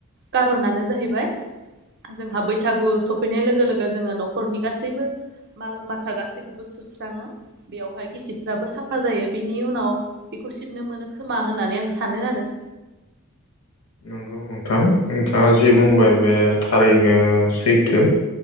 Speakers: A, on the right; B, on the left.
A: खारनानो जाहैबाय जोंहा बैसागु सफैनाय लोगो लोगो जोङो नखरनि गासैबो माल माथा गासैखौबो सुस्राङो बेयावहाय गिसिबफ्राबो साफा जायो बिनि उनाव बेखौ सिबनो मोनो खोमा होननानै आं सानो आरो
B: नंगौ नोंथां। नोंथाङा
A: औ
B: जि बुंबाय बे थारै बिनो सैथो